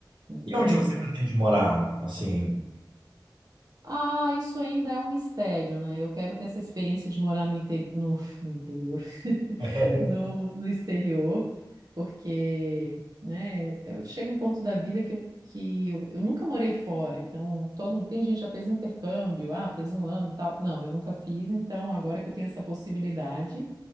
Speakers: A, on the right (about 50°); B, on the right (about 85°).
A: Então,
B: e onde você pretende morar? Assim,
A: Ah, isso ainda é um mistério, né? Eu quero ter essa experiência de morar no, inte- no, no interior, <laughs>
B: <laughs>
A: no, no exterior, porque, né, eu chego a um ponto da vida que, eu, que eu, eu nunca morei fora, então todo mundo, tem gente que já fez intercâmbio, ah, fez um ano e tal. Não, eu nunca fiz, então agora que eu tenho essa possibilidade,